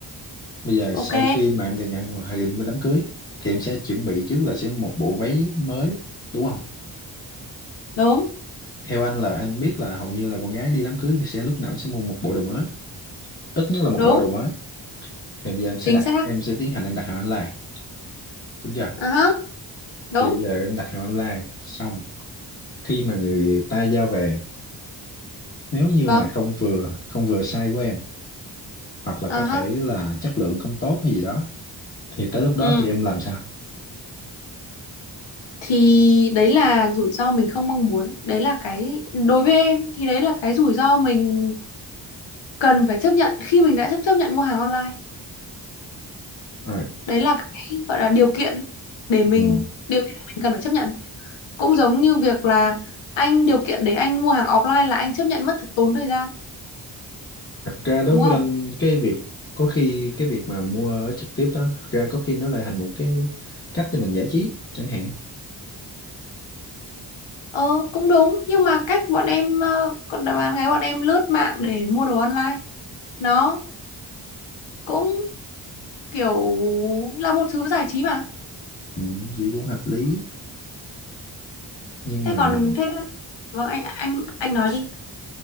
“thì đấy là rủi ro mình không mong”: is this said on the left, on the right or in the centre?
Left